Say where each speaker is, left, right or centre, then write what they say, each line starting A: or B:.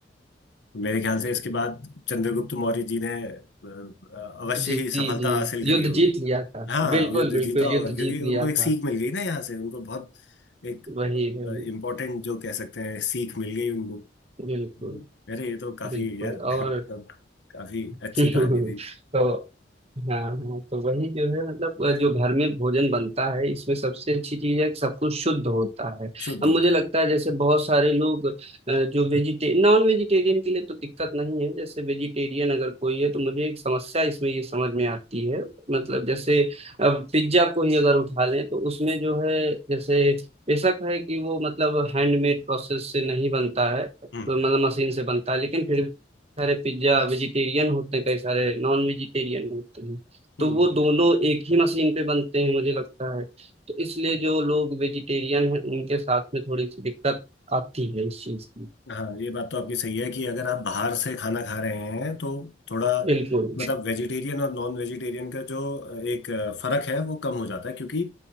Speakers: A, on the left; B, on the right.
A: मेरे ख्याल से इसके बाद चंद्रगुप्त मौर्य जी ने अ, अवश्य
B: जी
A: ही सफलता
B: जी जी
A: हासिल करी
B: युद्ध
A: होगी
B: जीत लिया था
A: हाँ
B: बिल्कुल
A: युद्ध जीता
B: बिल्कुल
A: होगा
B: युद्ध जीत
A: क्योंकि उनको
B: लिया था
A: एक सीख मिल गई ना यहाँ से उनको बहुत एक
B: वही वही
A: इम्पोर्टेंट जो कह सकते हैं सीख मिल गई उनको
B: बिल्कुल
A: हम्म। अरे ये तो काफी
B: बिल्कुल
A: यार <laughs>
B: और
A: मतलब काफी अच्छी
B: <laughs>
A: कहानी थी
B: तो हाँ हाँ, तो वही जो है मतलब अ, जो घर में भोजन बनता है इसमें सबसे अच्छी चीज है कि सब कुछ शुद्ध होता है
A: शुद्ध
B: अब
A: होता
B: मुझे लगता
A: है
B: है जैसे बहुत सारे लोग अ, जो वेजिटे नॉन वेजिटेरियन के लिए तो दिक्कत नहीं है जैसे वेजिटेरियन अगर कोई है तो मुझे एक समस्या इसमें ये समझ में आती है मतलब जैसे अब पिज्जा को ही अगर उठा लें तो उसमें जो है जैसे बेशक है कि वो मतलब हैंडमेड प्रोसेस से नहीं बनता है तो
A: हम्म
B: मतलब मशीन से बनता है लेकिन फिर सारे पिज्जा वेजिटेरियन होते हैं कई सारे नॉन वेजिटेरियन होते हैं
A: हम्म
B: तो वो दोनों एक ही मशीन पे बनते हैं मुझे लगता है तो इसलिए जो लोग वेजिटेरियन हैं उनके साथ में थोड़ी सी दिक्कत आती है इस चीज की
A: हाँ ये बात तो आपकी सही है कि अगर आप बाहर से खाना खा रहे हैं तो थोड़ा
B: बिल्कुल
A: मतलब वेजिटेरियन और नॉन वेजिटेरियन का जो अ, एक अ, फर्क है वो कम हो जाता है क्योंकि